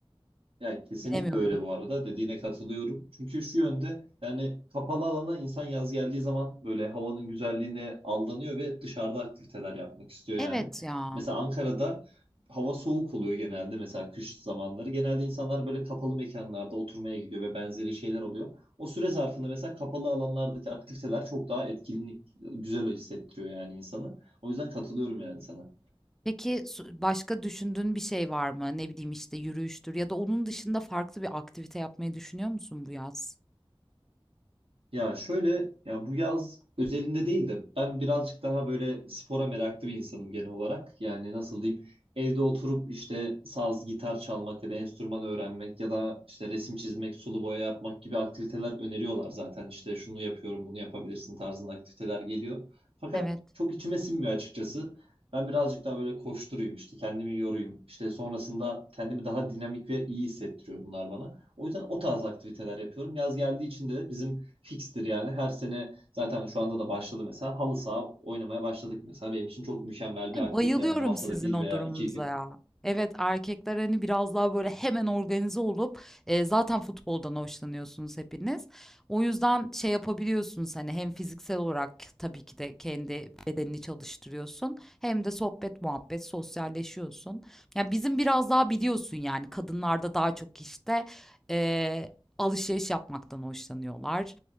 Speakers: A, on the right; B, in the centre.
A: Ya kesinlikle
B: Bilemiyorum.
A: öyle bu arada dediğine katılıyorum. Çünkü şu yönde yani kapalı alana insan yaz geldiği zaman böyle havanın güzelliğine aldanıyor ve dışarıda aktiviteler yapmak istiyor
B: Evet
A: yani.
B: ya.
A: Mesela Ankara'da hava soğuk oluyor genelde mesela kış zamanları. Genelde insanlar böyle kapalı mekanlarda oturmaya gidiyor ve benzeri şeyler oluyor. O süre zarfında mesela kapalı alanlardaki aktiviteler çok daha etkili, güzel hissettiriyor yani insanı. O yüzden katılıyorum yani sana.
B: Peki su- başka düşündüğün bir şey var mı? Ne bileyim işte yürüyüştür ya da onun dışında farklı bir aktivite yapmayı düşünüyor musun bu yaz?
A: Ya şöyle ya bu yaz özelinde değil de ben birazcık daha böyle spora meraklı bir insanım genel olarak. Yani nasıl diyeyim evde oturup işte saz, gitar çalmak ya da enstrüman öğrenmek ya da işte resim çizmek, sulu boya yapmak gibi aktiviteler öneriyorlar zaten. İşte şunu yapıyorum, bunu yapabilirsin tarzında aktiviteler geliyor. Fakat
B: Evet.
A: çok içime sinmiyor açıkçası. Ben birazcık daha böyle koşturayım işte kendimi yorayım. İşte sonrasında kendimi daha dinamik ve iyi hissettiriyor bunlar bana. O yüzden o tarz aktiviteler yapıyorum. Yaz geldiği için de bizim fikstir yani. Her sene zaten şu anda da başladı mesela. Halı saha oynamaya başladık mesela. Benim için çok mükemmel bir
B: E,
A: aktivite
B: Bayılıyorum
A: yani haftada
B: sizin
A: bir
B: o
A: veya
B: durumunuza
A: iki gün.
B: ya. Evet erkekler hani biraz daha böyle hemen organize olup e, zaten futboldan hoşlanıyorsunuz hepiniz. O yüzden şey yapabiliyorsunuz hani hem fiziksel olarak tabii ki de kendi bedenini çalıştırıyorsun hem de sohbet muhabbet sosyalleşiyorsun. Ya bizim biraz daha biliyorsun yani kadınlarda daha çok işte e, alışveriş yapmaktan hoşlanıyorlar.